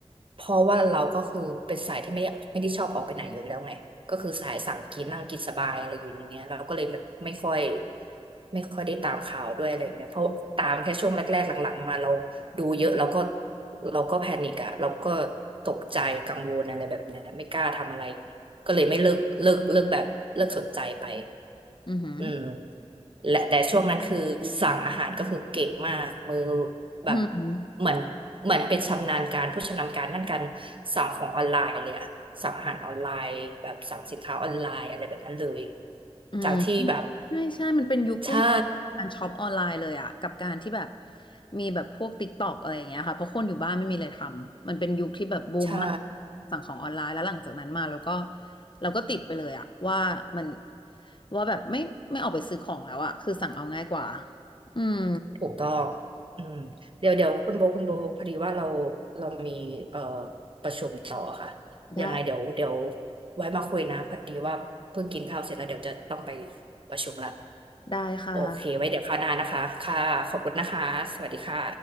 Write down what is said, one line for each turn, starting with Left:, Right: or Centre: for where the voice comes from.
Right: เพราะว่าเราก็คือเป็นสายที่ไม่ได้ไม่ได้ชอบออกไปไหนอยู่แล้วไงก็คือสายสั่งกินนั่งกินสบายอะไรอยู่ในเนี้ยเราก็เลยแบบไม่ค่อยไม่ค่อยได้ตามข่าวด้วยอะไรเงี้ยเพราะตามแค่ช่วงแรกๆหลังๆมาเราดูเยอะเราก็เราก็แพนิกอะเราก็ตกใจกังวลอะไรแบบเนี้ยไม่กล้าทำอะไรอย่างงี้ก็เลยไม่เลิกเลิกเลิกแบบเลิกสนใจไป
Left: อือหือ
Right: เออและแต่ช่วงนั้นคือสั่งอาหารก็คือเก่งมากมือแบบ
Left: อืม
Right: เหมือนเหมือนเป็นชำนาญการผู้ชำนาญการด้านการสั่งของออนไลน์เลยอะสั่งอาหารออนไลน์แบบสั่งสินค้าออนไลน์อะไรแบบนั้นเลย
Left: อืม
Right: จากที่แบบ
Left: ใช่ใช่มันเป็นยุคเฟื่อง
Right: ใช่
Left: การช็อปออนไลน์เลยอะกับการที่แบบมีแบบพวกติ๊กตอกอะไรอย่างเงี้ยค่ะเพราะคนอยู่บ้านไม่มีอะไรทำมันเป็นยุคที่แบบบูมมาก
Right: ใช่
Left: สั่งของออนไลน์แล้วหลังจากนั้นมาเราก็เราก็ติดไปเลยอะว่ามันว่าแบบไม่ไม่ออกไปซื้อของแล้วอะคือสั่งเอาง่ายกว่าอืม
Right: ถูกต้องอืมเดี๋ยวเดี๋ยวคุณโบคุณโบพอดีว่าเราเรามีเอ่อประชุมต่อค่ะ
Left: ได้
Right: ยังไงเดี๋ยวเดี๋ยวไว้มาคุยนะพอดีว่าเพิ่งกินข้าวเสร็จแล้วเดี๋ยวจะต้องไปประชุมละ
Left: ได้ค่ะ
Right: โอเคไว้เดี๋ยวคราวหน้านะคะค่ะขอบคุณนะคะ สวัสดีค่ะ